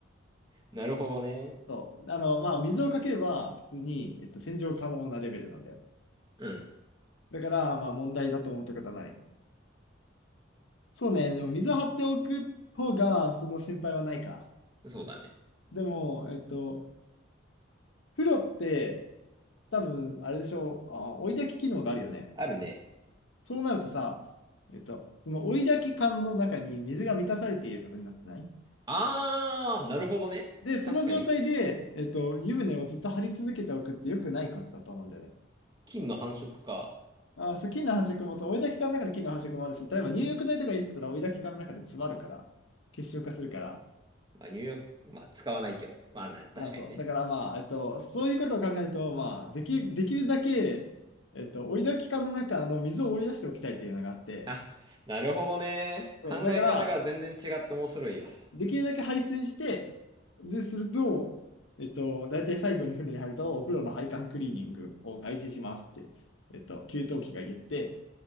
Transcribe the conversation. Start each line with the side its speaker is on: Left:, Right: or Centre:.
Right: なるほどね。
Left: そう。あの、まあ、水をかければ普通に、えっと、洗浄可能なレベルなんだよ。
Right: うん、
Left: だから、まあ、問題だと思ったことはない。そうね。でも、水を張っておく方が、その心配はないか。
Right: そうだね。
Left: でも、えっと、風呂って、多分、あれでしょう。あ、追い焚き機能があるよね。
Right: あるね。
Left: そうなるとさ、えっと、その追い焚き缶の中に水が満たされていることになってない
Right: あー、なるほどね。
Left: で、その状態で、
Right: 確かに。
Left: えっと、湯船をずっと張り続けておくって良くないことだと思うんだよね。
Right: 菌の繁殖か。
Left: あー、そう、菌の繁殖もそう、追いだき管の中の菌の繁殖もあるし、例えば入浴剤とか入れてたら追いだき管の中で詰まるから、結晶化するから。
Right: まあ、ニューヨーク、まあ、使わないけど。まあ、な、確かにね。
Left: まあそう。だからまあ、えっと、そういうことを考えると、まあ、でき、できるだけ、えっと、追いだき管の中の水を追い出しておきたいというのがあって、
Right: あ、なるほどね。
Left: そう、
Right: 考え方が全然違って面白いや。
Left: だから、できるだけ排水して、で、すると、えっと、大体最後に風呂に入ると、お風呂の配管クリーニングを開始しますって、えっと、給湯器が言って、